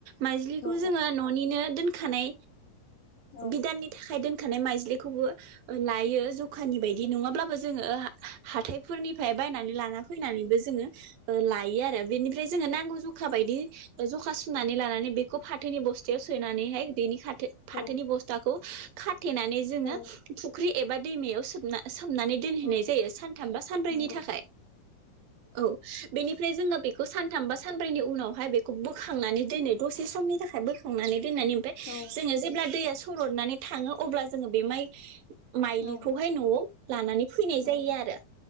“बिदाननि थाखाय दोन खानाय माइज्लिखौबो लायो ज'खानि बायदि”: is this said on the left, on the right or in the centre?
Right